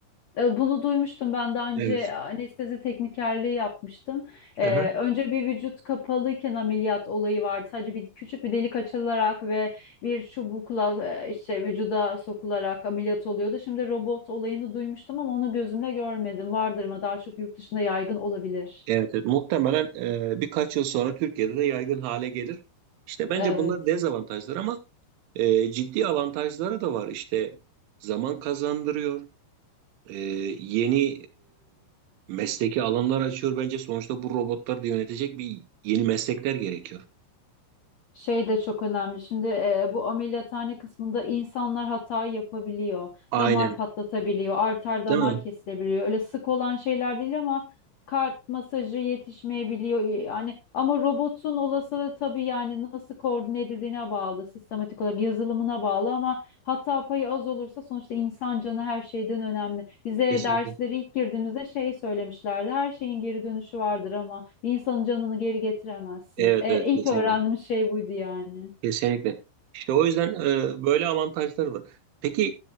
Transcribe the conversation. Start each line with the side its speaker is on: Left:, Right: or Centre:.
Left: E, Bunu duymuştum ben daha önce
Right: Evet.
Left: e, anestezi teknikerliği yapmıştım. E,
Right: Aha.
Left: önce bir vücut kapalıyken ameliyat olayı vardı. Sadece bir küçük bir delik açılarak ve bir çubukla e, işte vücuda sokularak ameliyat oluyordu. Şimdi robot olayını duymuştum ama onu gözümle görmedim. Vardır ama daha çok yurt dışında yaygın olabilir.
Right: Evet, evet. Muhtemelen e, birkaç yıl sonra Türkiye'de de yaygın hale gelir. İşte bence
Left: Evet.
Right: bunlar dezavantajlar ama e, ciddi avantajları da var. İşte zaman kazandırıyor. e, yeni e, mesleki alanlar açıyor bence. Sonuçta bu robotlar da yönetecek bir yeni meslekler gerekiyor.
Left: Şey de çok önemli. Şimdi e, bu ameliyathane kısmında insanlar hata yapabiliyor.
Right: Aynen,
Left: Damar patlatabiliyor, arter damar
Right: değil mi?
Left: kesilebiliyor. Öyle sık olan şeyler değil ama kalp masajı yetişmeyebiliyor. Yani ama robotun olasılığı tabii yani nasıl koordine edildiğine bağlı, sistematik olarak yazılımına bağlı ama Hata payı az olursa sonuçta insan canı her şeyden önemli. Bize
Right: Kesinlikle.
Left: dersleri ilk girdiğimizde şey söylemişlerdi. Her şeyin geri dönüşü vardır ama bir insanın canını geri getiremezsiniz.
Right: Evet,
Left: E,
Right: evet,
Left: ilk
Right: kesinlikle.
Left: öğrendiğimiz şey buydu yani.
Right: Kesinlikle. İşte o yüzden e, böyle avantajlar var. Peki